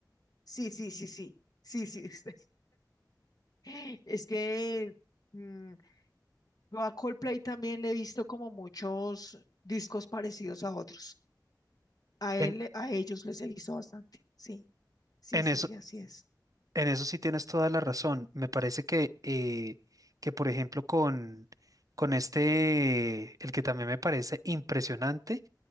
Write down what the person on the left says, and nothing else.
sí, sí, sí, sí, sí, sí. sí. <laughs> Es que mm, yo a Coldplay también le he visto como muchos discos parecidos a otros. A
él, le- a ellos les he visto bastante. Sí, sí,
sí, sí, así es.